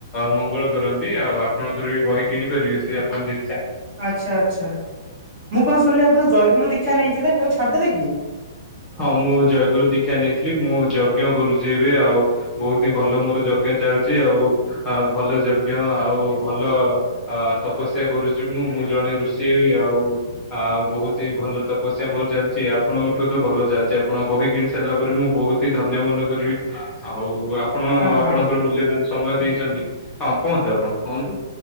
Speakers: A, on the left; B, on the right.
A: ମଙ୍ଗଳ କରନ୍ତି। ଆଉ ଆପଣଙ୍କର ବି ବହି କିଣିପାରିବେ ସେ ଆପଣ ଯେ
B: ଆଚ୍ଛା ଆଚ୍ଛା ମୁଁ କଣ ଶୁଣିଲି ଆପଣ ଜୟଗୁରୁ ଦୀକ୍ଷା ନେଇଛି ଥିଲେ ତାକୁ ଛାଡିଦେଲେ କି?
A: ହଁ ମୁଁ ଜୟଗୁରୁ ଦୀକ୍ଷା ନେଇଥିଲି ମୁଁ ଯଜ୍ଞ କରୁଛି ଏବେ ଆଉ ବହୁତ ହିଁ ଭଲ ମୋର ଯଜ୍ଞ ଚାଲିଚି ଆଉ। ଆଉ ଭଲ ଯଜ୍ଞ ଆଉ ଭଲ ତପସ୍ୟା କରୁଛି ମୁଁ। ମୁଁ ଜଣେ ରୁଷି ହେବି ଆଉ। ଆ ବହୁତ ହିଁ ଭଲ ତପସ୍ୟା ମୋର ଚାଲିଚି। ଆପଣଙ୍କଠୁ ଭଲ ଚାଲିଚି। ଆପଣଙ୍କ ବହି କିଣି ସାରିଲା ପରେ ମୁଁ ବହୁତ ହିଁ ଧନ୍ୟ ମନେ କରିବି। ଆଉ ଆ ଆପଣ
B: ହଁ
A: ଆପଣଙ୍କର
B: ହଁ।
A: ମୂଲ୍ୟବାନ ସମୟ ଦେଇଛନ୍ତି ହଁ କୁହନ୍ତୁ ଆପଣ କୁହନ୍ତୁ।